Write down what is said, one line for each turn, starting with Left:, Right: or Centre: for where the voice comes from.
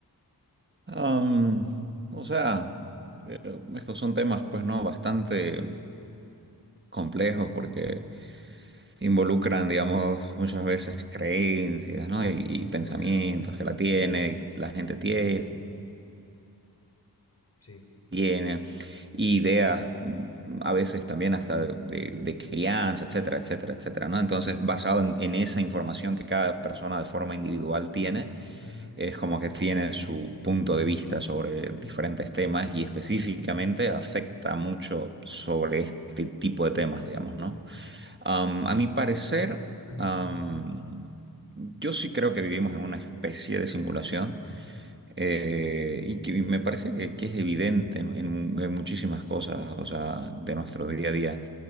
Right: Am, o sea, eh, estos son temas, pues, ¿no? Bastante complejos porque involucran, digamos, muchas veces creencias, ¿no? Y, y pensamientos
Left: Tenés razón,
Right: que la tiene, la gente tiene,
Left: sí.
Right: tiene, y ideas, mm, a veces también hasta de, de- de crianza, etcétera, etcétera, etcétera, ¿no? Entonces, basado en en esa información que cada persona de forma individual tiene.
Left: Ujú,
Right: Es como que tiene su punto de vista sobre diferentes temas y específicamente afecta mucho sobre este tipo de temas, digamos, ¿no? Am, a mi parecer,
Left: ujú,
Right: am, yo sí creo que vivimos en una especie de simulación eh, y que y me parece que, que es evidente en, en- en muchísimas cosas, o sea, de nuestro día a día.